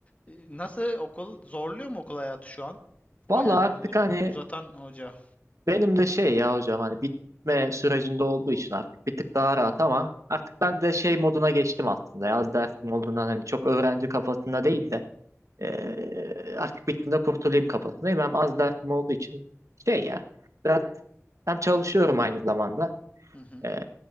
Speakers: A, on the left; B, on the right.
A: E, Nasıl okul zorluyor mu okul hayatı şu an? O
B: Vallahi
A: yani o
B: artık
A: uz-
B: hani
A: uzatan hoca.
B: Benim de şey ya hocam hani bitme sürecinde olduğu için artık bir tık daha rahat ama artık ben de şey moduna geçtim aslında. Yaz dersim olduğundan hani çok öğrenci kafasında değil de eee, artık bittiğinde kurtulayım kafasındayım. Hem az dersim olduğu için şey ya biraz hem çalışıyorum aynı zamanda.
A: Hı hı,
B: Eee,